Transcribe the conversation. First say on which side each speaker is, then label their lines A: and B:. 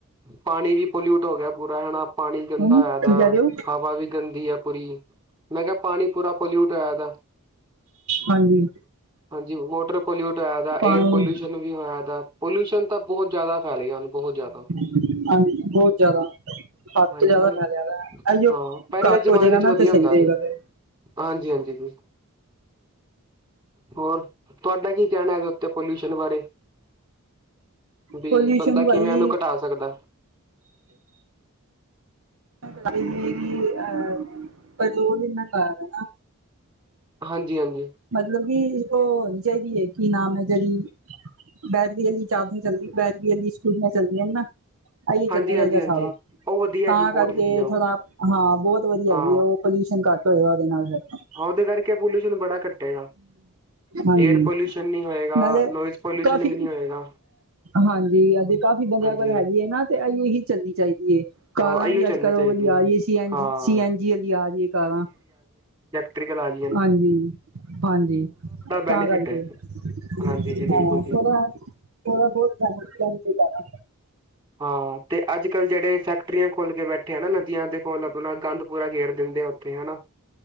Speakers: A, on the right; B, on the right.
A: ਪਾਣੀ ਵੀ ਪੋਲਿਊਟ ਹੋ ਗਿਆ ਪੂਰਾ ਐ, ਹੈਨਾ ਪਾਣੀ ਗੰਦਾ
B: ਹਨਾ
A: ਹੈਦਾ।
B: ਕੀ ਕਹਿ ਰਹੇ ਹੋ
A: ਹਵਾ ਵੀ ਗੰਦੀ ਐ ਪੂਰੀ। ਮੈਂ ਕਿਹਾ, ਪਾਣੀ ਪੂਰਾ ਪੋਲਿਊਟ ਹੋਇਆ ਇਹ ਦਾ।
B: ਹਾਂਜੀ
A: ਹਾਂਜੀ, ਵੋਟਰ ਪੋਲਿਊਟ ਹੋਇਆ ਦਾ,
B: ਪਾਣੀ
A: ਏਅਰ ਪੋਲਿਊਸ਼ ਨ ਵੀ ਹੋਇਆ ਇਹਦਾ, ਪੋਲਿਊਸ਼ਨ ਤਾਂ ਬਹੁਤ ਜ਼ਿਆਦਾ ਫੈਲੇ ਗਿਆ ਹੁਣ ਬਹੁਤ ਜ਼ਿਆਦਾ।
B: ਹਾਂ, ਬਹੁਤ ਜ਼ਿਆਦਾ। ਸਬ
A: ਹਾਂਜੀ
B: ਜ਼ਿਆਦਾ
A: ਹੁਣ
B: ਫੇਲਿਆ ਦਾ, ਇਹ ਉਹ
A: ਹਾਂ ਪਹਿਲੇ
B: ਘੱਟ
A: ਜ਼ਮਾਨੇ
B: ਹੋ ਜਾਏਗਾ
A: ਚ
B: ਨਾ
A: ਵਧੀਆ
B: ਤੇ ਸਹੀ
A: ਹੁੰਦਾ
B: ਰਹੇਗਾ
A: ਸੀ
B: ਫੇਰ।
A: ਹਾਂਜੀ -ਹਾਂਜੀ ਜੀ। ਹੋਰ ਤੁਹਾਡਾ ਕੀ ਕਹਿਣਾ ਇਹਦੇ ਉੱਤੇ ਪੋਲਿਊਸ਼ਨ ਬਾਰੇ? ਵੀ
B: ਪੋਲਿਊਸ਼ਨ
A: ਬੰਦਾ
B: ਭਾਜੀ
A: ਕਿਵੇਂ ਇਨੂੰ ਘਟਾ ਸਕਦਾ?
B: <unintelligible> ਕਰ ਕਿ ਅਹ ਪਰਲੋ ਕਿਨਾ ਕਾਰ ਨਾ
A: ਹਾਂਜੀ -ਹਾਂਜੀ।
B: ਮਤਲਬ ਕਿ ਉਹ ਹੋਣੀ ਚਾਹੀਦੀ ਹੈ। ਕੀ ਨਾਮ ਐ ਜਰੀ। ਬੈਟਰੀ ਵਾਲੀ ਚਾਬੀ ਆ ਚੱਲਦੀਆਂ, ਬੈਟਰੀ ਵਾਲੀ ਸਕੂਟਰੀਆਂ ਚੱਲਦੀਆਂ ਨੇ ਨਾ। ਇਹ ਇਉ
A: ਹਾਂਜੀ
B: ਚੱਲਣਾ
A: ਹਾਂਜੀ
B: ਚਾਹੀਦਾ
A: ਹਾਂਜੀ
B: ਸਾਰਾ।
A: ਉਹ ਵਧੀਆ
B: ਤਾਂ
A: ਜੀ ਬਹੁਤ
B: ਕਰਕੇ
A: ਵਧੀਆ ਉਹ
B: ਥੋੜਾ, ਹਾਂ ਬਹੁਤ ਵਧੀਆ
A: ਹਾਂ
B: ਹੈਗੀ ਉਹ ਪੋਲ ਟੇਸ਼ਨ ਘੱਟ ਹੋਏਗਾ ਉਹਦੇ ਨਾਲ ਜਾਦਾ।
A: ਉਹਦੇ ਕਰਕੇ ਪੋਲਿਸ਼ਨ ਬੜਾ ਕੱਟੇਗਾ।
B: ਹਾਂਜੀ
A: ਏਅਰ ਪੋਲਿਊਸ਼ਨ ਨੀ ਹੋਏਗਾ,
B: ਨਾਲੇ
A: ਨੋਇਜ਼ ਪੋਲਿਊਸ਼ਨ
B: ਕਾਫੀ
A: ਵੀ ਨਈ ਹੋਏਗਾ।
B: ਹਾਂਜੀ। ਇਹ ਦੇ ਕਾਫ਼ੀ ਬੰਦਿਆਂ
A: ਹਾਂਜੀ
B: ਕੋਲ ਹੈਗੀ ਐ ਨਾ, ਤੇ ਇਹ ਇਉ ਹੀ ਚੱਲਣੀ ਚਾਹੀਦੀ ਐ। ਕਾਰਾਂ
A: ਹਾਂ ਇਹੀਓ
B: ਵੀ ਅੱਜ
A: ਚੱਲਣੀ
B: ਕੱਲ
A: ਚਾਹੀਦੀ
B: ਉਹ ਵਾਲੀ ਆ
A: ਹੈ
B: ਰਹੀ ਐ ਸੀ ਐਨ,
A: ਹਾਂ
B: ਸੀ ਐਨ ਜੀ ਵਾਲੀ ਆ ਰਹੀ ਐ ਕਾਰਾਂ।
A: ਟਰਿਗਰ ਆਲੀਣ।
B: ਹਾਂਜੀ। ਹਾਂਜੀ। ਤਾਂ
A: ਬੈਨੀਫਿਟ
B: ਕਰਕੇ।
A: ਹੈ
B: ਹਾ,
A: ਹਾਂਜੀ ਜੀ ਬਿਲਕੁਲ ਜੀ
B: ਫਿਰ ਬਹੁਤ ਸ ਦਾਦਾ <unintelligible>
A: ਹਾਂ। ਤੇ ਅੱਜ ਕੱਲ੍ਹ ਜਿਹੜੇ ਫੈਕਟਰੀਆਂ ਖੁਲ ਕੇ ਬੈਠੇ ਹੈਨਾ, ਨਦੀਆਂ ਦੇ ਕੋਲ ਆਪਣਾ ਗੰਦ ਪੂਰਾ ਗੇਰ ਦਿੰਦੇ ਆ ਉੱਥੇ ਹਾਨਾ।